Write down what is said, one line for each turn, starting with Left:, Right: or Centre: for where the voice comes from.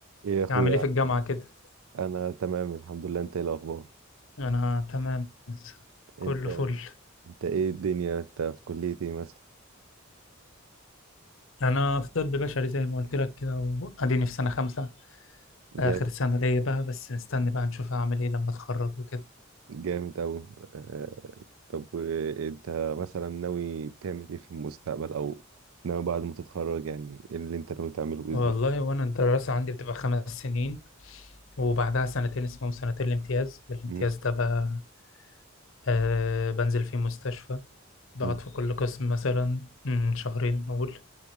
Right: ايه يا اخويا
Left: أعمل إيه
Right: عامل
Left: في الجامعة
Right: إيه؟
Left: كده؟
Right: انا تمام الحمد لله انت ايه الاخبار
Left: أنا تمام كله
Right: انت
Left: فل
Right: انت ايه الدنيا انت في كلية ايه مثلا
Left: أنا في طب بشري زي ما قلت لك كده وأديني في سنة خمسة
Right: جامد
Left: آخر سنة ليا بقى بس مستني بقى نشوف هعمل إيه لما أتخرج وكده
Right: جامد اوي آه، طب انت مثلا ناوي تعمل ايه في المستقبل او ناوي بعد ما تتخرج يعني ايه اللي انت ناوي تعمله باذن
Left: والله
Right: الله
Left: وأنا الدراسة عندي بتبقى خمس سنين وبعدها سنتين اسمهم سنتين الامتياز الامتياز
Right: مم،
Left: ده بقى آه بنزل فيه مستشفى بقعد
Right: مم،
Left: في كل قسم مثلا مم، شهرين نقول